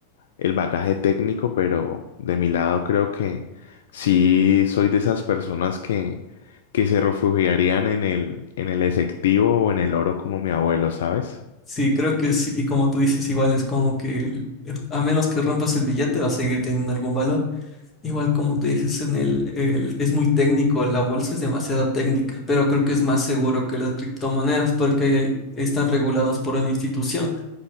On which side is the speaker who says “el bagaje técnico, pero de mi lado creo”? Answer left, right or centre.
Left